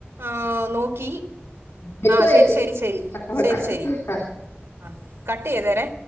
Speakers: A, on the right (about 85°); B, on the left (about 85°).
A: ആഹ് നോക്കി
B: വെക്കുവാ
A: ആ ശരി
B: ചേച്ചി
A: ശരി ശരി
B: ആ വെക്കുവാ
A: ശരി ശരി
B: ആ
A: ആ കട്ട് ചെയ്ത തെരാ